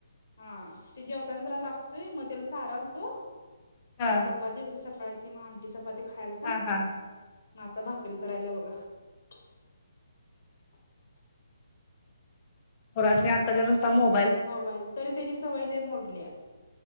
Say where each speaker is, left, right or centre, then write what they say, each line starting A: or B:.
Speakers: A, on the left (about 60°); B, on the left (about 25°).
A: हा ते जेवता ना जरा लागतोय, मग त्याला चारालतो.
B: हा
A: चपाती होती सकाळची मग आमटी चपाती खायलता.
B: हा हा
A: म आता भाकरी करायला बघा. <inaudible>
B: पोरासणी आताच्या नुसता मो
A: मोबाईल तरी त्याची सवय लय मोडल्या.